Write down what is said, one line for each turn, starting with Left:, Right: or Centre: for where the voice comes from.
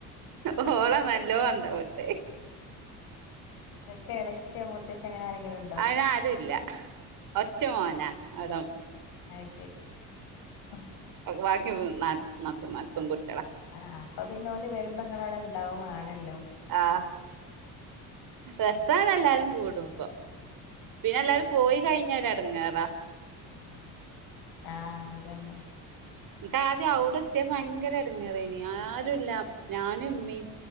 Right: ഓളാ നല്ലോംഅന്തംവ്ട്ട്.
Left: ഇങ്ങക്ക് എളച്ച മുത്തച് അങ്ങനെ ആരെങ്കിലും ഉണ്ടോ?
Right: അയ്നാരൂല്ല ഒറ്റ മോനാഅവിടം.
Left: അയ്ശെരി. ഉം
Right: ബാക്കി ഉം നാലും നാതൂമാര് പെൺകുട്ട്യാളാ.
Left: ആഹ് അപ്പൊ പിന്നെ ഓല് വരുമ്പോങ്ങള വിടെ ഇണ്ടാവും വേണല്ലോ.
Right: ആഹ് രസ്സാണ് എല്ലാരും കൂടുമ്പോ
Left: ആഹ്
Right: പിന്നെ എല്ലാരും പോയി കഴിഞ്ഞ ഒരു എടങ്ങറാ
Left: ഉം ആഹ് അതന്നെ.
Right: ക്ക് ആദ്യം അവ്ടെ എതെപ്പൊ ഭയങ്കര എടങ്ങേറേര്ന്ന് ആരുംല്ല, ഞാനും ഉമ്മിം.